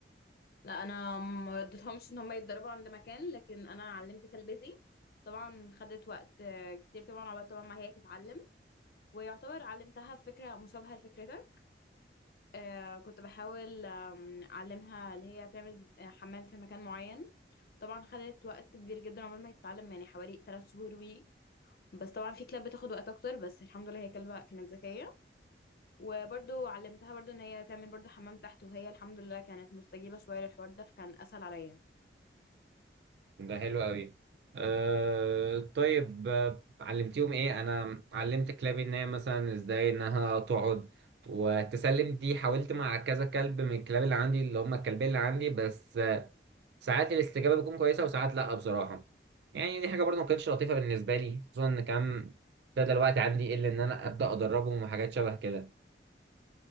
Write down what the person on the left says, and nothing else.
لا انا ما اديتهمش ان هم يتدربوا عند مكان لكن انا علمت كلبتي طبعا خدت وقت آه، كتير طبعا عقبال طبعا ما هي تتعلم ويعتبر علمتها فكره مشابهه لفكرتك آه كنت بحاول آم، أعلمها اللي هي تعمل آه، حمام في مكان معين طبعا خدت وقت كبير جدا عقبال ما هي تتعلم يعني حوالي ثلاث شهور وي بس طبعا في كلاب بتاخد وقت أكتر بس الحمد لله هي كلبة كانت ذكية وبرضو علمتها برضو إن هي تعمل برضو حمام تحت وهي الحمد لله كانت مستجيبة شوية للحوار ده فكان أسهل عليا